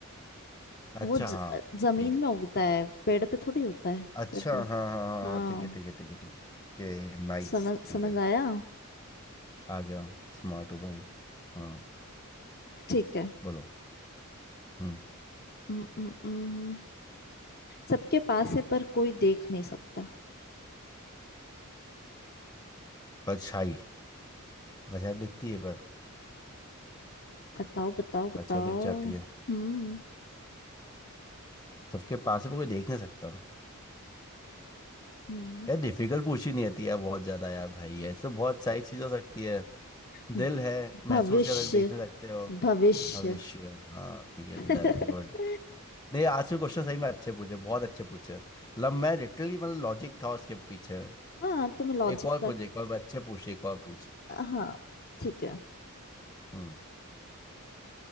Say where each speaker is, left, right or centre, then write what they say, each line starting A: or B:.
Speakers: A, on the left (about 20°); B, on the left (about 45°).
A: अच्छा
B: वो ज,
A: हाँ
B: जमीन
A: ठीक है
B: में उगता है पेड़ पे थोड़ी होता है
A: अच्छा
B: तरबूज
A: हाँ हाँ हाँ
B: हाँ
A: हाँ, ठीक है ठीक है ठीक है ठीक है ओके नाइस
B: समझ
A: ठीक
B: समझ
A: है
B: आया
A: आ गया स्मार्ट हो भाई हाँ
B: ठीक है
A: बोलो हम्म
B: हम्म, हम्म, हम्म। सबके पास है पर कोई देख नहीं सकता
A: परछाई वजह दिखती है पर
B: बताओ बताओ बताओ
A: परछाई तो दिख जाती है
B: हम्म
A: सबके पास है पर कोई देख नहीं सकता
B: हम्म
A: यार डिफिकल्ट पूछी नहीं आती यार बहुत ज्यादा यार भाई ऐसे तो बहुत सारी चीज हो सकती है
B: <laughs>
A: दिल है महसूस
B: भविष्य
A: कर देखने सकते हो
B: भविष्य
A: भविष्य हाँ ठीक है
B: <laughs>
A: डन गुड नहीं आज के क्वेश्चन सही में अच्छे पूछे बहुत अच्छे पूछे मतलब मैं लिटरली मतलब लॉजिक था उसके पीछे
B: हाँ तुम्हें लॉजिक
A: एक और
B: पर
A: पूछ एक और अच्छे पूछ एक और पूछ
B: हाँ ठीक है
A: हम्म